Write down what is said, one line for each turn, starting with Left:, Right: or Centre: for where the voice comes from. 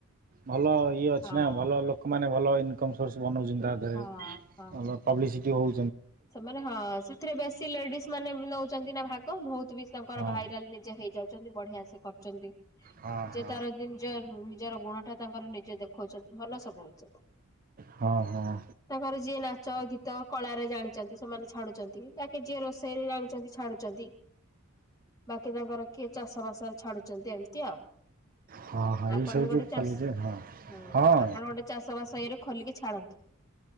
Right: ଭଲ ଇଏ ଅଛି
Left: ହଁ।
Right: ନା ଭଲ ଲୋକମାନେ ଭଲ ଇନ କମ ସୋର୍ସ। ବନଉଚନ୍ତି ତା ଦେହେରେ
Left: ହଁ ହଁ।
Right: ପବ୍ଲିସିଟି ହେଉ
Left: ସେମାନେ ହଁ ସେଥିରେ ବେଶୀ ଲେଡିସ୍ ମାନେ ନଉଛନ୍ତି ନା ଭାଗ ବହୁତ ବି ତାଙ୍କର ଭାଇରାଲ
Right: ହଁ
Left: ନିଜେ ହେଇଯାଉଛନ୍ତି। ବଢ଼ିଆ ସେ କରିୁଛନ୍ତି।
Right: ହଁ
Left: ଯେ
Right: ହଁ।
Left: ତାର ନିଜ ନିଜର ଗୁଣ ଟା ତାଙ୍କର ନିଜେ ଦେଖଉଛ ଭଲ ସବୁ ଉଚିତ।
Right: ହଁ ହଁ
Left: ତାଙ୍କର ଯିଏ ନାଚ, ଗୀ ତ କଳାରେ ଜାଣି ଯଦି ସେମାନେ ଛାଡୁଛନ୍ତି। ତାକେ ଯିଏ ରୋଷେଇରେ ଜାଣିଛନ୍ତି ଛାଡୁଛନ୍ତି। ବାକି କଣ କର କି ଚାଷ ସମସ୍ତଙ୍କ ଛାଡ଼ୁଛନ୍ତି ଏମିତି ଆଉ।
Right: ହଁ ହଁ
Left: ଆପଣ
Right: ଏଇସବୁ
Left: ବି ଗୋଟେ
Right: ଯୋଉ
Left: ଚାଷୀ
Right: ଚାଲିଛି ହଁ
Left: ହୁଁ।
Right: ହଁ
Left: ଆପଣ ଗୋଟେ ଚାଷ ବାସ ଇଏରେ ଖୋଲିକି ଛାଡ଼ନ୍ତୁ।